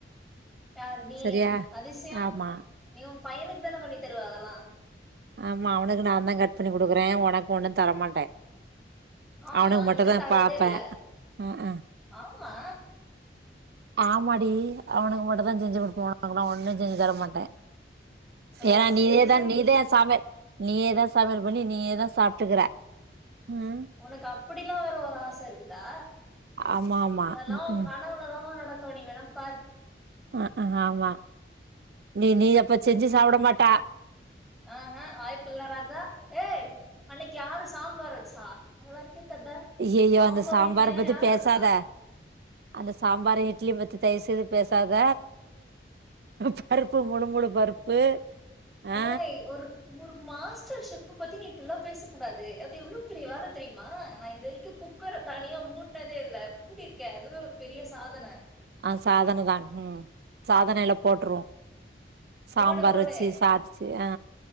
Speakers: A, in the centre; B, on the right (about 60°).
A: யாரு நீ
B: சரியா
A: அதிசயம்
B: ஆமா
A: நீ உன் பையனுக்கு தான பண்ணி தருவ அதெல்லாம்
B: ஆமா அவனுக்கு நா தான் கட் பண்ணி குடுக்குறேன் உனக்கு ஒன்னும் தரமாட்டேன்
A: ஆமா
B: அவனுக்கு மட்டும்
A: நீதா
B: தான்
A: தரதே
B: பாப்பேன்
A: இல்ல
B: அ ஆ
A: ஆமா
B: ஆமாடி அவனுக்கு மட்டும் தான் செஞ்சு குடுப்பே ஒனக்கு ஒன்னு செஞ்சு தர மாட்டேன்
A: ஓ
B: ஏன் நீயேதா
A: செரி செரி
B: நீதான் சமப் நீயேதா சமையல் பண்ணி நீயேதா சாப்டுக்கற ம்
A: உனக்கு அப்டிலா வேற ஒரு ஆச இருக்குதா
B: ஆமா ஆமா
A: அதெல்லா
B: ம்
A: ஒ
B: ம்
A: கனவுளதாமா நடக்கு நீ வேணா பாரு
B: அ ஆமா நீ நீ அப்ப செஞ்சு சாப்ட மாட்ட
A: ஆ ஹு வாய்பில்ல ராஜா ஏய் அன்னைக் கி யாரு சாம்பார் வச்சா நல்லா இருக்கே கத
B: அய்யயோ
A: சாம்பார்
B: அந்த சாம்பார
A: இட்லிலா
B: பத்தி
A: யாரு
B: பேசாத
A: வச்சா
B: அந்த சாம்பார் இட்லி பத்தி தயவு செய்து பேசாத பருப்பு முழு முழு பருப்பு ஆ
A: ஏய் ஒரு ஒரு மாஸ்டர் ஷெஃப்பு பத்தி நீ இப்டில்லா பேசகூடாது அது எவ்ளோ பெரிய வேல தெ தெரியுமா நா இது வரைக்கு குக்கர தனியா மூட்னதே இல்ல மூடிருக்கே அதுவே ஒரு பெரிய சாதன
B: ஆ சாதனதான ம் சாதனைல போட்ருவோ சாம்பார்
A: போடு போடு
B: வச்சு சாதிச்சு ஆ